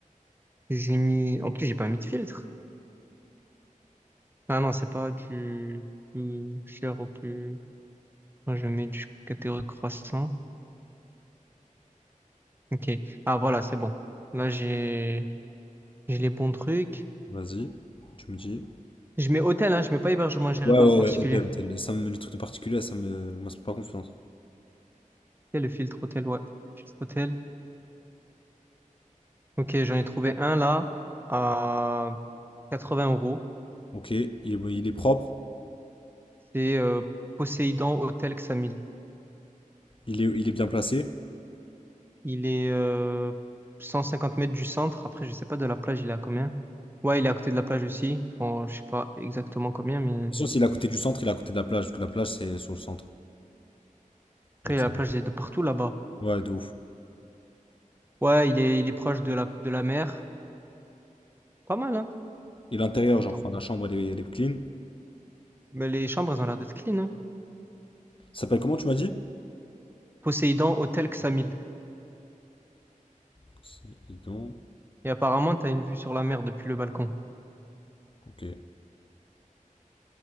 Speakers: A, on the right (about 15°); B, on the left (about 40°).
A: J'ai mis. En plus, j'ai pas mis de filtre. Ah non, c'est pas du plus cher au plus. Moi, je mets du catégorie croissant. Ok. Ah, voilà, c'est bon. Là, j'ai j'ai les bons trucs.
B: Vas-y, tu me dis.
A: Je mets hôtel, hein, je mets pas hébergement géré
B: Ouais,
A: par
B: ouais,
A: particulier.
B: ouais, hôtel, hôtel. Ça me, les trucs de particulier, ça me m'inspire pas confiance.
A: Il le filtre hôtel, ouais. Filtre hôtel. Ok, j'en ai trouvé un là à 80 euros.
B: Ok, il est, il est propre,
A: C'est euh, Poséidon Hôtel Xamil.
B: il est, il est bien placé. De toute
A: Il est euh, 150 mètres du centre. Après, je sais pas de la plage, il est à combien? Ouais, il est à côté de la plage aussi. Bon, je sais pas exactement combien, mais
B: façon, s'il est à côté du centre, il est à côté de la plage, parce que la plage, c'est sur le centre. Donc,
A: après,
B: ça-
A: la plage, elle est de partout là-bas.
B: ouais, de ouf.
A: Ouais, il est, il est proche de la, de la mer. Pas mal, hein?
B: Et l'intérieur,
A: Attends.
B: genre, enfin, la chambre, elle est, elle est clean.
A: Mais les chambres, elles ont l'air d'être clean, hein?
B: Ça s'appelle comment, tu m'as dit?
A: Poséidon Hôtel Xamil.
B: Poséidon.
A: Et apparemment, t'as une vue sur la mer depuis le balcon.
B: Ok.